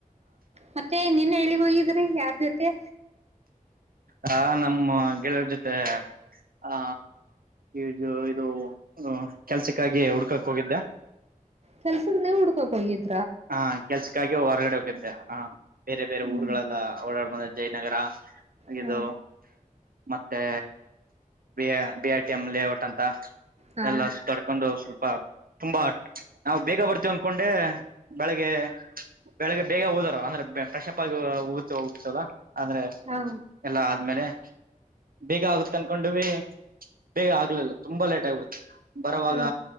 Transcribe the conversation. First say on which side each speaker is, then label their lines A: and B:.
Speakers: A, on the right; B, on the right.
A: ಮತ್ತೆ ನಿನ್ನೆ ಎಲ್ಲಿಗೋಗಿದ್ರಿ ಯಾರ್ ಜೊ ಕ್ಕೆ
B: ಹ ನಮ್ಮ ಗೆಳೆಯರ ಜೊತೆ ಆ ಈಜು ಇದು ಕೆಲ್ಸಕ್ಕಾಗಿ ಹುಡ್ಕಕ್ ಹೋಗಿದ್ದೆ.
A: ಕೆಲ್ಸಕ್ಕೆ ನೀ ಹುಡುಕೋಕೋಗಿದ್
B: ಹಾ ಕೆಲ್ಸ್ ಹಾಗಿ ಹೊರ್ಗಡೆ ಹೋಗಿದ್ದೆ, ಹ ಬೇರೆ ಬೇರೆ
A: ಹ್ಮ್
B: ಊರ್ಗಳೆಲ್ಲ ಓಡಾಡ್ ಅ ಜಯನಗರ ಅಗಿದು
A: ಹಾ
B: ಮತ್ತೆ B I BA T M layout ಅಂತ.
A: ಹಾ
B: ಎಲ್ಲಾ ತೊಡ್ಕೊಂಡು ಸ್ವಲ್ಪ ತುಂಬಾ, ನಾವು ಬೇಗ ಬರ್ತೇವ್ ಅನ್ಕೊಂಡೆ ಬೆಳಿಗ್ಗೆ, ಬೆಳಿಗ್ಗೆ ಬೇಗ ಹೋದಾರ ಅಂದ್ರೆ ಫ್ರೆಶ್ ಅಪ್ ಆಗಿ ಹೋಗತ ಹಗ್ತವಲ್ಲ ಅಂದ್ರೆ
A: ಹಾ
B: ಎಲ್ಲಾ ಆದ್ಮೇಲೆ ಬೇಗ ಆಗುತ್ತ ಅನ್ಕೊಂಡುವಿ, ಬೇಗ ಆಗ್ಲಿಲ್ಲ ತುಂಬಾ ಲೇಟ್ ಆಗ್ಬಿಡುತ್ತೆ ಬರವಾಗ
A: ಹಾ